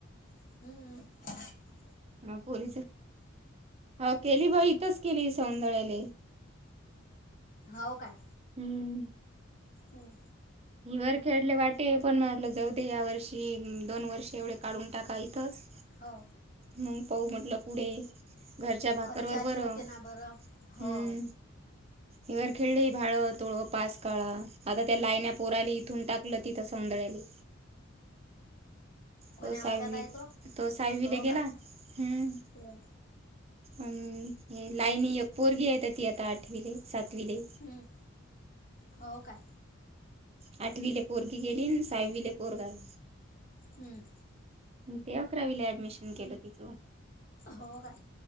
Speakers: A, on the left; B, on the right.
A: हम्मम.
B: हा पोरीच हो केली बा इथच केली सौंदळ्याले
A: हो काय?
B: हम्म.
A: हम्म.
B: हिवरखेडला वाटे पण मि म्हणलं जाऊ दे या वर्षी, दोन वर्ष एवढे काढून टाका इथंच
A: हो.
B: मग पाऊ म्हटलं पुढे घरच्या भाकरवर
A: अच्छा
B: बरं,
A: ती होते ना बरं हो
B: हम्म. हिर खेळली भाळं तोळं पास काळा आता त्या लाईन प -- पोराली इथून टाकलं तिथं सौंदळ्याली
A: कोण्या
B: तो साहवित
A: वर्गात आहे
B: तो साहेबवीला
A: हो
B: गेला.
A: काय
B: हम्.
A: हो.
B: अम् हे लाईनी पोरगी येत ती आता आठवीले सात -
A: हं, हो काय
B: - आठवीले पोरगी गेली. अ -- साविले पोरगा <unintelligible>
A: हम्म.
B: ते अकरावीला ऍडमिशन केलं तिच.
A: हो काय.